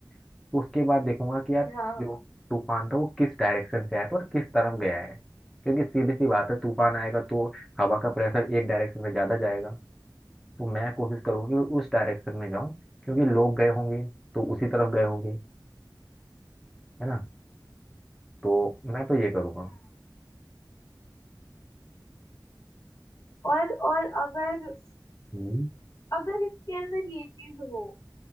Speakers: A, in the centre; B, on the left.
A: तो उसके बाद देखूंगा कि यार
B: हाँ
A: जो तूफान था वो किस डायरेक्शन से आया था और किस तरफ गया है क्योंकि सीधी सी बात है तूफान आएगा तो हवा का प्रेशर एक डायरेक्शन में ज्यादा जाएगा तो मैं कोशिश करूंगी कि मैं उस डायरेक्शन में जाऊं क्योंकि लोग गए होंगे तो उसी तरफ गए होंगे है ना तो मैं तो ये करूंगा
B: हाँ और और अगर
A: हम्म
B: अगर इसके अंदर ये चीज हो